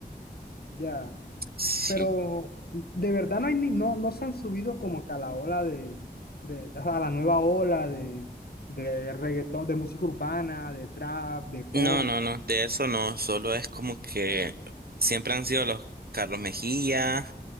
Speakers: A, on the left; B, on the right.
A: ya,
B: Sí.
A: pero de verdad no, hay ni, no, no se han subido como que a la ola de, de, a la nueva ola de, de reggaetón, de música urbana, de trap, de pop.
B: No, no, no, de eso no, solo es como que siempre han sido los Carlos Mejía,